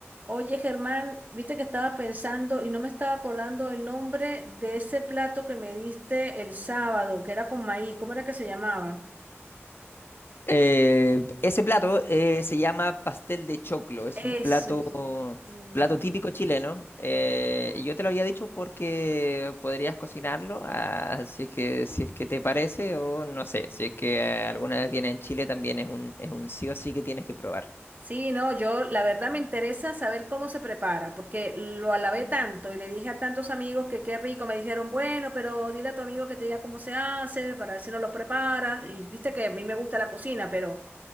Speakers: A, on the right (about 35°); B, on the left (about 55°).
A: Oye, Germán, viste que estaba pensando y no me estaba acordando el nombre de ese plato que me diste el sábado, que era con maíz. ¿Cómo era que se llamaba?
B: Eh, ese plato eh, se llama pastel de choclo, es
A: Eso.
B: un plato,
A: Sí,
B: plato típico chileno. Eh, y yo te lo había dicho porque podrías cocinarlo, ah, si es que, si es que te parece o no sé, si es que eh, alguna vez viene en Chile también es un, es un sí o sí que tienes que probar.
A: Sí, no, yo la verdad me interesa saber cómo se prepara, porque lo alabé tanto y le dije a tantos amigos que qué rico. Me dijeron, bueno, pero dile a tu amigo que te diga cómo se hace para ver si nos los preparas. Y viste que a mí me gusta la cocina, pero